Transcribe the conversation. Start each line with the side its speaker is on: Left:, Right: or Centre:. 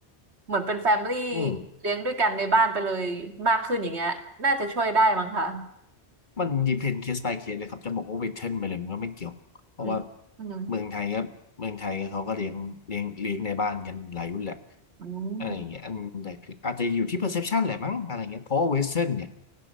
Right: เหมือนเป็นแฟมิลี่
Left: อืม
Right: เลี้ยงด้วยกันในบ้านไปเลยมากขึ้นอย่างเงี้ยน่าจะช่วยได้มั้งคะ
Left: มัน depend case by case เลยครับจะบอกว่า western ไปเลยมันก็ไม่เกี่ยวเพราะว่า
Right: อืมอืม
Left: เมืองไทยก็เมืองไทยก็เขาก็เลี้ยงเลี้ยงเลี้ยงในบ้านกันหลายรุ่นแหละ
Right: อืม
Left: อะไรอย่างเงี้ยอันแต่คืออาจจะอยู่ที่ perception แหละมั้งอะไรเงี้ยเพราะเว่เ western เนี่ย